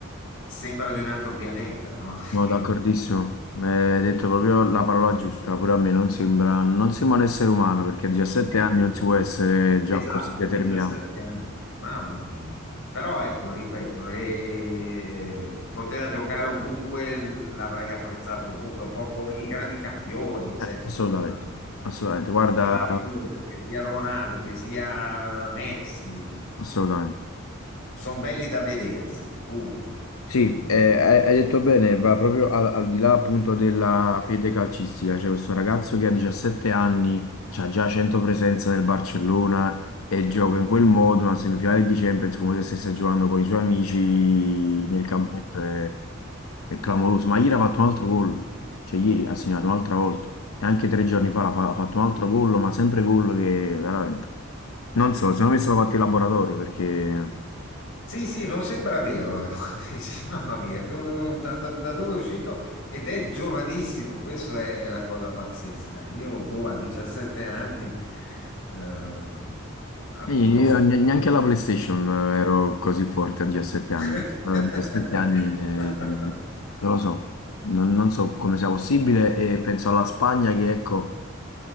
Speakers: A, on the left; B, on the left.
A: sembra di un altro pianeta, no? <laughs>
B: sono d'accordissimo, mi hai detto proprio la parola giusta, pure a me non sembra, non sembra un essere umano perché a 17
A: Sì,
B: anni
A: sì,
B: non si
A: sì.
B: può essere già
A: Esatto,
B: così determinato.
A: a 17 anni, mamma mia. Però ecco, ripeto, eh, poteva giocare ovunque, l'avrei apprezzato ovunque, un po' come i grandi campioni, cioè,
B: Eh,
A: scusa,
B: assolutamente,
A: ma ma-
B: assolutamente,
A: che
B: guarda,
A: sia Maradona, che sia Ronaldo, che sia Messi,
B: assolutamente.
A: sono belli da vedersi, punto.
B: Sì,
A: Mm.
B: eh, hai hai detto bene, va proprio al, al di là appunto della fede calcistica. C'è questo ragazzo che a 17 anni ha già 100 presenze nel Barcellona e gioca in quel modo una semifinale di Champions come se stesse giocando con i suoi amici nel campetto. È, è clamoroso. Ma ieri ha fatto un altro gol, cioè ieri ha segnato un'altra volta e anche tre giorni fa l'ha fa- ha fatto un altro gol, ma sempre gol che veramente... Non so, secondo
A: <laughs>
B: me è stato fatto in laboratorio perché...
A: Sì, sì, non sembra vero. <laughs> Dici, Mamma mia, do- da, da- da dove è uscito? Ed è giovanissimo, questa è, è la cosa pazzesca. Io, boh, a 17 anni, ehm, ma
B: Sì,
A: non
B: Io
A: lo so.
B: ne- neanche alla PlayStation eh, ero così forte a 17
A: <laughs>
B: anni. A 17 anni eh, non lo so, non, non so come sia possibile e penso alla Spagna che ecco,